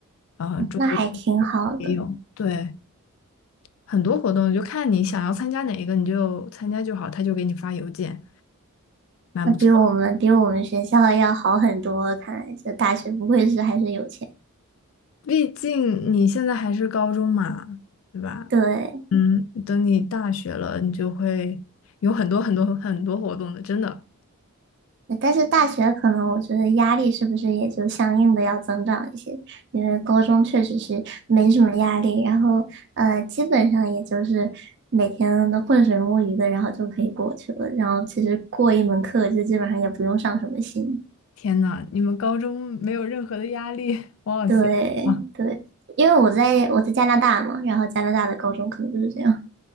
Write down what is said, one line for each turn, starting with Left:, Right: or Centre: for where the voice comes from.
Left: 啊，中国
Right: 那还挺好的，
Left: 也有，对，很多活动就看你想要参加哪一个，你就参加就好，他就给你发邮件，蛮不错的。
Right: 那比我们比我们学校要好很多。看来这大学不愧是还是有钱。
Left: 毕竟你现在还是高中嘛，对吧？
Right: 对，
Left: 嗯，等你大学了，你就会有很多很多很多活动的，真的。
Right: 但是大学可能我觉得压力是不是也就相应的要增长一些？因为高中确实是没什么压力，然后呃，基本上也就是每天都浑水摸鱼的，然后就可以过去了。然后其实过一门课就基本上也不用上什么心。
Left: 天呐，你们高中没有任何的压力，<laughs> 我好羡慕啊！
Right: 对对，因为我在我在加拿大嘛，然后加拿大的高中可能就是这样。